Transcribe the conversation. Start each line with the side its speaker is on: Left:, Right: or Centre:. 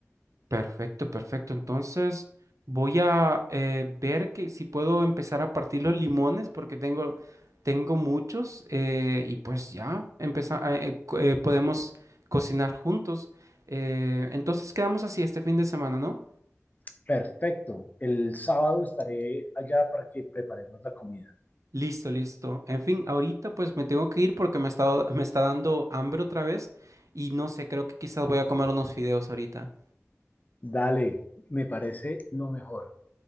Right: Perfecto, perfecto. Entonces voy a eh, ver que si puedo empezar a partir los limones porque tengo, tengo muchos eh, y pues ya empeza- a- eh, co- eh, podemos cocinar juntos. Eh, entonces quedamos así este fin de semana, ¿no?
Left: Perfecto, el sábado estaré allá para que preparemos la comida.
Right: Listo, listo. En fin, ahorita pues me tengo que ir porque me está, me está dando hambre otra vez y no sé, creo que quizás voy a comer unos fideos ahorita.
Left: Dale, me parece lo mejor.